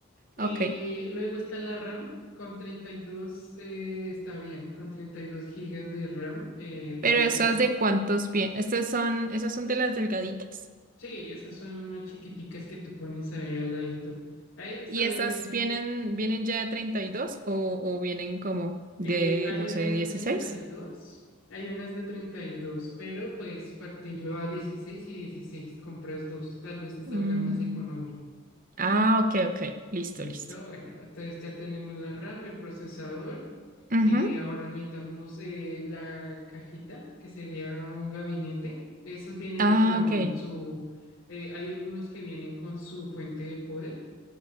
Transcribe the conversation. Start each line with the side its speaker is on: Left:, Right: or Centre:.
Left: Eh,
Right: Ok.
Left: luego está la RAM con 32, eh, está bien, con 32 gigas de RAM, eh,
Right: Pero
Left: perfecto.
Right: esas de cuántos pies, estas son, esas son de las delgaditas.
Left: Sí, esas son unas chiquiticas que tú pones ahí al ladito. Ahí
Right: ¿Y
Left: sale,
Right: esas vienen, vienen ya de 32 o, o vienen como de,
Left: eh, hay
Right: no
Left: unas
Right: sé,
Left: de
Right: dieciséis
Left: treinta y dos, hay unas de 32, pero pues partirlo a 16 y 16, compras dos, tal vez te salga
Right: Mm,
Left: más económico.
Right: Ah, ok, ok. Listo,
Left: Listo,
Right: listo.
Left: bueno, entonces ya tenemos la RAM, el procesador
Right: Ujú.
Left: y ahora necesitamos eh, la cajita que sería un gabinete. Esos vienen
Right: Ah,
Left: con
Right: ok.
Left: su, eh, hay algunos que vienen con su fuente de poder.